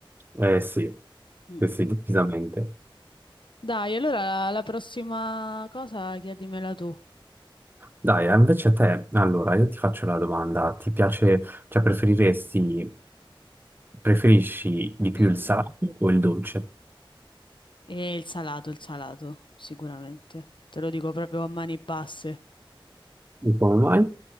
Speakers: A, on the right; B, on the left.
A: eh sì,
B: Mm-mm.
A: sì, sì, decisamente.
B: Dai, allora la prossima cosa chiedimela tu.
A: Dai, eh, invece a te, allora, io ti faccio la domanda, ti piace, cioè preferiresti, preferisci di più
B: Mhm.
A: il salato o il dolce?
B: E il salato, il salato, sicuramente. Te lo dico proprio a mani basse.
A: E come mai?